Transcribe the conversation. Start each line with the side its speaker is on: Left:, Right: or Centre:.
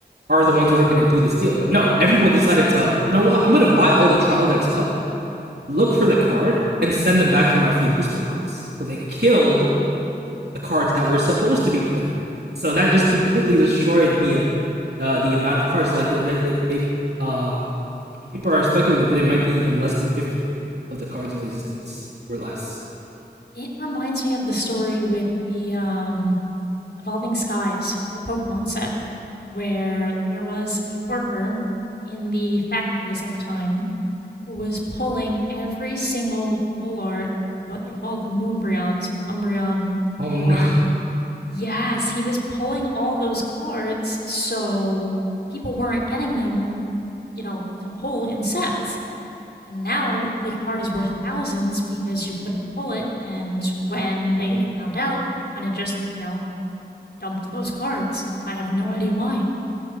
Right: are the ones who are going to do this deal. But no, everyone decided to, you know what? I'm going to buy all the trial decks up, look for the card, and send them back for my free booster box. So they killed the cards that were supposed to be printed. So that just completely destroyed the um, uh, the amount of cards. Like they, they, they uh, people are speculating that there might be even less than 50 of the cards in existence or less.
Left: It reminds me of the story with the um, Evolving Skies for the Pokemon set, where there was a worker in the factories at the time who was pulling every single full art, what they call the Moonbryon, so the Umbreon
Right: Oh
Left: full
Right: <laughs> no,
Left: art. Yes, he was pulling all those cards so people weren't getting them, you know, to pull in sets And now the card is worth thousands because you couldn't pull it. And when they found out, they kind of just, you know, dumped those cards. And I have no idea why.